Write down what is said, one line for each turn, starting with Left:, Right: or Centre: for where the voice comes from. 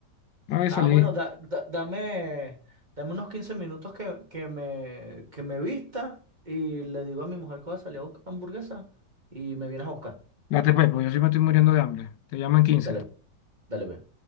Left: A ver,
Right: Ah,
Left: salí.
Right: bueno, da- da- dame, dame unos 15 minutos que, que me, que me vista y le digo a mi mujer que voy a salir a buscar hamburguesa y me vienes a buscar.
Left: Date pues, porque yo sí me estoy muriendo de hambre. Te llaman 15
Right: Dale, dale, ve.